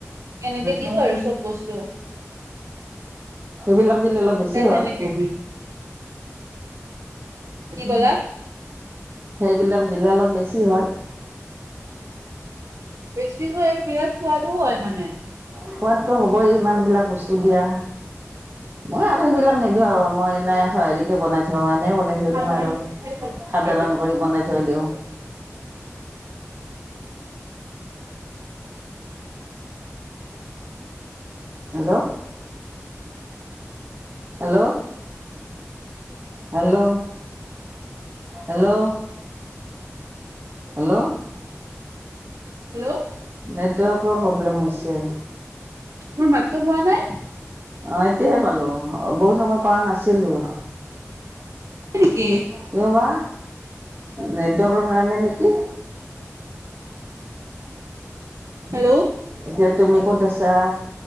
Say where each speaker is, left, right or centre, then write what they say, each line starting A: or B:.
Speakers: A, on the right; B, on the right.
A: এনেকে দিওঁ আৰু চব বস্তু।
B: সেইবিলাক দিলে অলপ বেছি
A: তে
B: হয়
A: সেনেকে কি কলা
B: সেইবিলাক দিলে অলপ বেছি হয়
A: বেছি হয় বিৰাট সোৱাদো হয় মানে।
B: সোৱাদতটো হ'বই ইমান বিলাক বস্তু দিয়া। মই আৰু সেইবিলাক নিদিওঁ আৰু মই এনে হেৰিকে বনাই থওঁ এনে বনাই থৈ
A: সাধাৰণকে
B: দিওঁ আৰু
A: খাই ভাল পাওঁ
B: সাধাৰণ
A: আৰু
B: কৰি বনাই থৈ দিওঁ। Hello hello. Hello hello. Hello.
A: Hello.
B: নেটৱৰ্কৰ প্ৰব্লেম হৈছে।
A: মোৰ মাতটো হোৱা নাই
B: অ এতিয়াহে পালো বহুত সময় পোৱা নাছিলোঁ।
A: নেকি
B: কিয়বা? নেটৱৰ্কৰ কাৰণে নেকি?
A: হেল্ল'।
B: এতিয়া তুমি ক'ত আছা?